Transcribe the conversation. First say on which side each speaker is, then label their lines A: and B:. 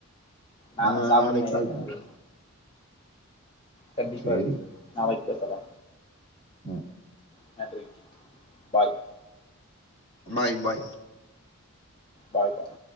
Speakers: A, on the left (about 25°); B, on the left (about 50°).
A: நானும்
B: நா
A: சாப்பிட்டேன்
B: நாளைக்கு கால்
A: ஏற்கனவே
B: பண்ற
A: கண்டிப்பா
B: சரி.
A: ஜி நாளைக்கு பேசலா
B: ம்
A: என்ன treat bye
B: bye bye
A: bye பாய்